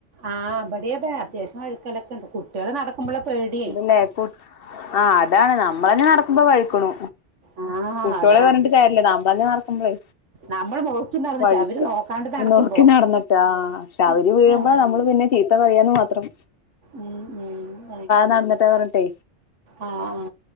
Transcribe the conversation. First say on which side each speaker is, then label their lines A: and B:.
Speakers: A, on the right; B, on the left.
A: ആഹ് ഇബടിം അതെ അത്യാവശ്യം വഴുക്കലക്കെണ്ട് കുട്ട്യള് നട ക്കുമ്പളാ പേടി
B: ഇണ്ട്ല്ലേ കു ആഹ് അതാണ് നമ്മളന്നെ നടക്കുമ്പോ വഴിക്ക്ണു
A: ആ
B: കുട്ടോളെ
A: അതാ
B: പറഞ്ഞിട്ട് കാര്യല്ല നമ്മളന്നെ നടക്കുമ്പളേ
A: നമ്മൾ നോക്കി നടന്നിട്ട്
B: വഴ്ക്ക
A: അവര് നോക്കാണ്ട് നടക്കുമ്പോ
B: നോക്കി നട്ന്ന്ട്ട് ആഹ് പക്ഷെ അവര് വീഴുമ്പോ
A: അങ്ങനെ.
B: നമ്മള് പിന്നെ ചി ത്ത പറയാന്ന് മാത്രം
A: ഉം ഉം ആതേ
B: നട്ന്ന്ട്ട് പർഞ്ഞ്ട്ടെ
A: ആഹ്